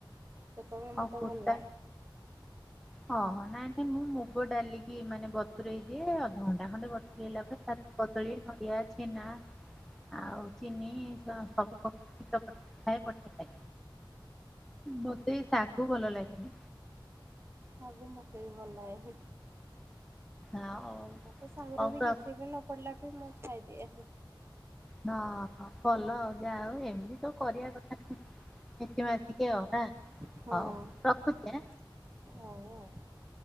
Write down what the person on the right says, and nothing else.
ସେ କହିବେ
ମତେ
ଭଲ ଲାଗେ।
ଶାଗୁ ମୋତେ ବି ଭଲ ଲାଗେ।
ମତେ ସାଙ୍ଗରେ
ବି କିଛି ବି ନ ପଡିଲା ବି ମୁଁ ଖାଇଦିଏ ଆକୁ
ହଁ
ହୋଉ
ଆଉ